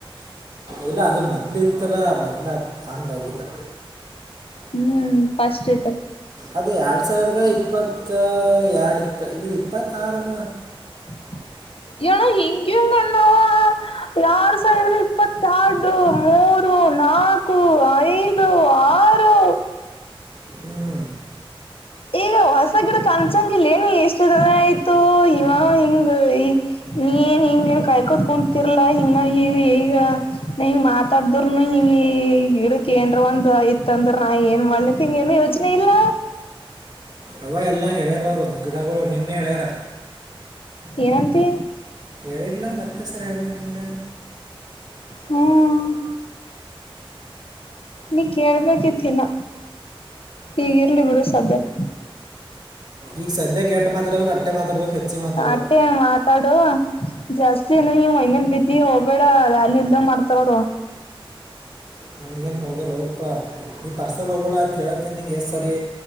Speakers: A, on the right; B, on the left.
A: ಇಲ್ಲ ಅದು ಮೊದ್ಲತ್ತಲ್ಲ ಮೊದ್ಲು ಹಂಗಾಗಿಲ್ಲ.
B: ಹ್ಮ್ ಫಸ್ಟ್ ರತ.
A: ಅದು ಎರಡ್ ಸಾವಿರದ ಇಪ್ಪತ್ತ ಎರಡು ಇತ್ ಇದು ಇಪ್ಪತ್ತಾರನ.
B: <inaudible> ಣ ಹಿಂಗ ಹಂಗ ಅಣ್ಣಾವ ಎರಡ್ ಸಾವಿರದ ಇಪ್ಪತ್ತೆರಡು ಮೂರು ರು, ನಾಲ್ಕು, ಐದು, ಆರು.
A: ಹ್ಮ್
B: ಈಗ ಹೊಸ ಗಿಡ ಕನ್ಸಂಗಿಲ್ಲ ನ ಎಷ್ಟು ದನ ಆಯ್ತು ಇವ ಹಿಂಗ ಈ. ನೀನ್ ಹಿಂಗಏನ್ ಕಾಯ್ ಕೋತ್ ಕುತಿರ್ಲಾ ಹಿಂಗ ನಾವ ಈ ಈಗ ನ ಮಾತಾಡ್ದರುನು ಈ. ಈ ಗಿಡಕ್ ಏನ್ರ ಒಂದ್ ಯತ್ ಅಂದ್ರ ನಾ ಏನ್ ಮಾಡ್ಲಿತ್ ಹಂಗ ಏನು ಯೋಚನೆ ಇಲ್ಲ.
A: ಅವ ಎಲ್ಲ ಹೇಳ್ಯಾರ ಅವರು ಗಿಡಗಳು ನೀನ್ನೆ ಹೇಳ್ಯಾರ.
B: ಏನಂತಿ.
A: ಹೇಳಳಿರ್ಲಾ ಮತ್ತೆ ಸರ್ ಹೇಳೇಳ್ಬಕ್ ನೀಗ.
B: ಹ್ಮ್ ನೀ ಕೇಳ್ಬೇಕಿತ್ ಇನ್ನ ಈಗಿರ್ಲಿ ಬಿಡು ಸದ್ಯಕ್ಕೆ.
A: ಈಗ ಸದ್ಯ ಕೆೇಟ ಮಾತಾಡ್ಬೇಕಕ್ ಅಟ್ಟೆ ಮಾತಾಡ್ಬೇಕು ಹೆಚ್ಚಿ ಮಾತಾಡ್ಬೇಕು.
B: ಆಟೆ ಮಾತಾಡು ಜಾಸ್ತಿ ಏನ ನೀವ್ ಮೈನೇಲ್ ಬಿದ್ದಿ ಹೋಗ್ಬೇಡ ವ್ಯಾಲ್ಯೂ ಇಲ್ದ ಮಾಡ್ತಾರೋಡು.
A: ನನಗೇನು ಹೋಗಲ್ಲ ಹೋಗಪ್ಪಾ ನೀ ಪರ್ಸನ್ ಹೋಗಬೇಡ ಅ ಹೇಳ್ತೀನಿ ನಿಂಗೆ ಎಷ್ಟು ಸರಿ.